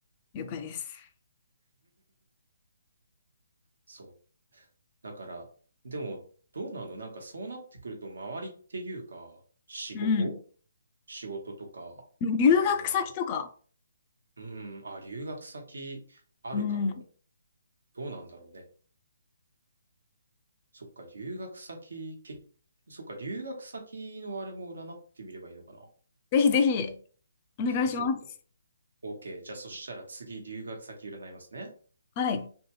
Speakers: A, on the left; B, on the right.
A: 了解です。
B: そう。だから、でも、どうなのなんかそうなってくると、周りっていうか、仕事
A: うん。
B: 仕事とか、
A: 留学先とか、
B: あの、うん、あ、留学先あるかも。
A: うん。
B: どうなんだろうね。そっか、留学先、け、そっか、留学先のあれも占ってみればいいのかな。
A: ぜひぜひ、お願いします。
B: そっか。OK。じゃあ、そしたら次、留学先占いますね。
A: はい。